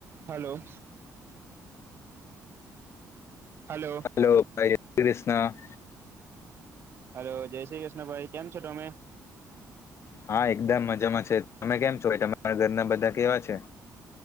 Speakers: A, on the right; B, on the left.
A: હેલો. હલો.
B: હલો ભાઈ. જય શ્રી કૃષ્ણ.
A: હલો. જય શ્રી કૃષ્ણ ભાઈ. કેમ છો તમે?
B: હા, એકદમ મજામાં છે. તમે કેમ છો? તમારા ઘરના બધા કેવા છે?